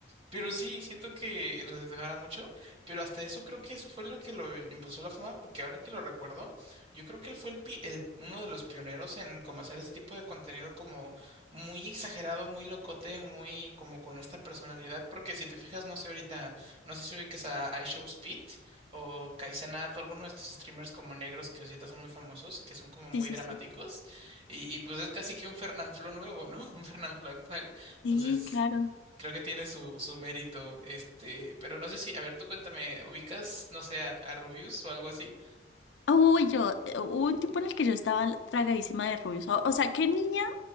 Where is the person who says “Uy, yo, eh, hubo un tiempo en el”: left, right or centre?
Left